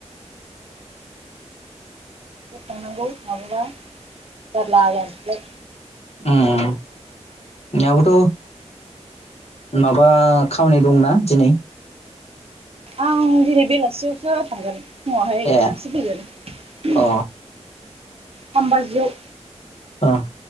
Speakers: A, on the right; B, on the left.
A: थांनांगौ माबाबा जारला जानोसैलाय।
B: उम दाबोथ' माबा खामानि दंना दिनै
A: आं दिनै बेलासियावसो थांगोन। फुङावहाय
B: ए
A: सासे फैगोन
B: अ
A: थामबाजियाव
B: ओ